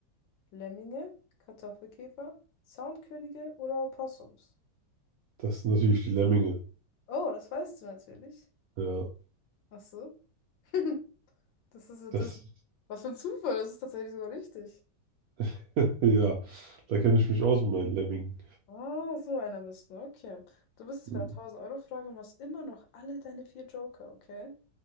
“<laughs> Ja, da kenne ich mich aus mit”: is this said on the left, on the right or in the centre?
Right